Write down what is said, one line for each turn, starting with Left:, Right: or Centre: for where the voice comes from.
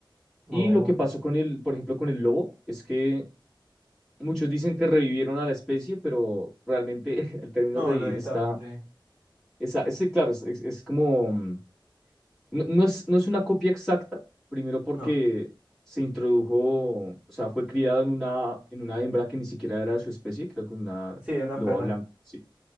Right: Oh.
Centre: Y lo que pasó con el, por ejemplo, con el lobo, es que muchos dicen que revivieron a la especie, pero realmente <laughs> el término
Right: No,
Centre: revivir
Right: lo editaron,
Centre: está,
Right: sí.
Centre: esa, ese, claro, es, es- es como, mm, no, no es, no es una copia exacta, primero porque
Right: No.
Centre: se introdujo, o sea, fue criado en una, en una hembra que ni siquiera era de su especie, creo que una
Right: Sí, una
Centre: loba
Right: perra.
Centre: blanca, sí.